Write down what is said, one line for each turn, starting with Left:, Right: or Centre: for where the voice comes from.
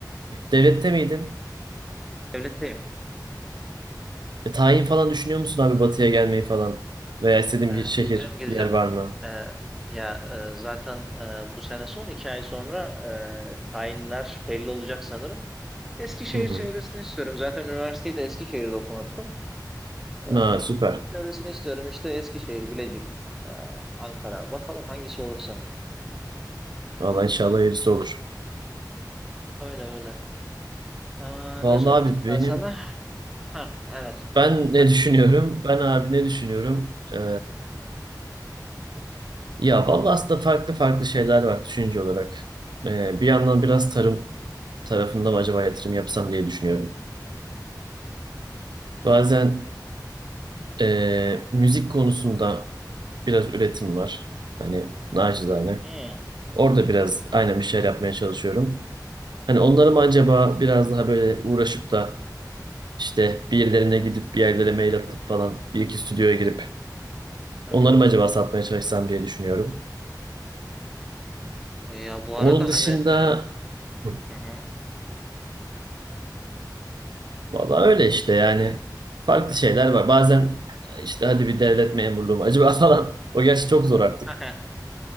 Right: devlette miydin?
Centre: Devletteyim.
Right: E, tayin falan düşünüyor musun abi Batı'ya gelmeyi falan? Veya istediğin
Centre: Ee,
Right: bir şehir,
Centre: geleceğim geleceğim.
Right: bir yer var mı?
Centre: Ee, ya e, zaten e, bu sene son iki ay sonra e, tayinler belli olacak sanırım. Eskişehir
Right: Hı hı.
Centre: çevresini istiyorum. Zaten üniversiteyi de Eskişehir'de okumuştum. Ee,
Right: Ha, süper.
Centre: çevresini istiyorum işte Eskişehir, Bilecik, ee, Ankara. Bakalım hangisi olursa.
Right: Valla inşallah hayırlısı olur.
Centre: Öyle öyle. Aa,
Right: vallahi
Centre: ne sormuştum
Right: abi benim
Centre: ben sana? Ha, evet.
Right: ben
Centre: Sen
Right: ne düşünüyorum?
Centre: ne düşünüyorsun?
Right: Ben abi ne düşünüyorum? E, ya vallahi aslında farklı farklı şeyler var düşünce olarak. E, bir yandan biraz tarım tarafında mı acaba yatırım yapsam diye düşünüyorum.
Centre: Mantık.
Right: Bazen e, müzik konusunda biraz üretim var. Hani nacizane.
Centre: Hı,
Right: Orada biraz aynen bir şeyler yapmaya çalışıyorum. Hani onları mı acaba biraz daha böyle uğraşıp da işte bir yerlerine gidip bir yerlere mail atıp falan bir iki stüdyoya girip
Centre: hı
Right: onları mı acaba satmaya çalışsam diye düşünüyorum.
Centre: hı. Ya bu
Right: Onun
Centre: arada
Right: dışında
Centre: hani e,
Right: hı,
Centre: hı hı.
Right: vallahi öyle işte yani farklı şeyler var. Bazen işte hadi bir devlet memurluğu mu acaba <laughs> falan. O gerçi çok zor artık.
Centre: <laughs>